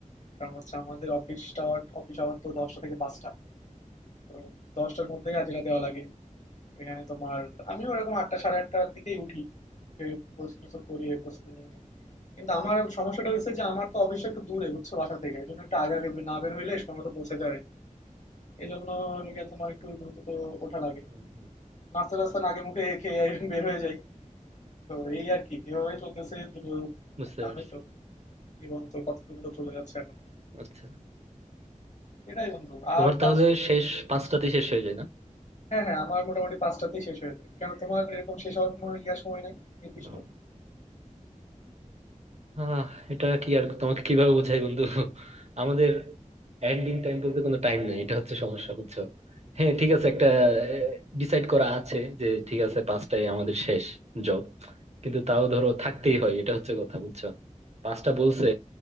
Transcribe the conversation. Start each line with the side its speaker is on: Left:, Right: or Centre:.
Left: কারণ হচ্ছে আমাদের অফিসটা অফিস আওয়ার তো দশটা থেকে পাঁচটা তো দশটার মধ্যে হাজিরা দেওয়া লাগে
Right: হুম,
Left: এখানে তোমার আমিও ওরকম আটটা সাড়ে আটটার দিকেই উঠি যে প্রস্তুতি তো করি এই প্রস্তুতি নিয়ে নিই কিন্তু আমার সমস্যাটা হয়েছে যে আমার তো অফিস একটু দূরে বুঝছো বাসা থেকে এই জন্য একটু আগে আগে না বের হইলে সময় মতো পৌঁছাতে পারি না। এই জন্য লিগে তোমার একটু দ্রুত তো ওঠা লাগে
Right: হুম, হুম।
Left: নাস্তা টাস্তা আগে মুখে খেয়ে বের হয়ে যাই তো এই আর কি এভাবে চলতেছে দুটো
Right: বুঝতে
Left: জানোই
Right: পারছি
Left: তো জীবন তো কত দ্রুত চলে যাচ্ছে এখন
Right: আচ্ছা
Left: সেটাই বন্ধু
Right: তোমার
Left: আর তার
Right: তাহলে শেষ পাঁচটাতে শেষ হয়ে যায়
Left: হ্যাঁ হ্যাঁ আমার মোটামুটি পাঁচটাতেই শেষ হয়ে যায় কারণ তোমার এরকম শেষ হওয়ার কোনো ইয়া সময় নাই নির্দিষ্ট
Right: না আহ এটা কি আর তোমাকে কিভাবে বোঝাই বন্ধু আমাদের এন্ডিং টাইম বলতে কোনো টাইম নেই এটা হচ্ছে সমস্যা বুঝছো হ্যাঁ ঠিক আছে একটা ডিসাইড করা আছে যে ঠিক আছে পাঁচটায় আমাদের শেষ জব কিন্তু তাও ধরো থাকতেই হয় এটা হচ্ছে কথা বুঝছো পাঁচটা বলছে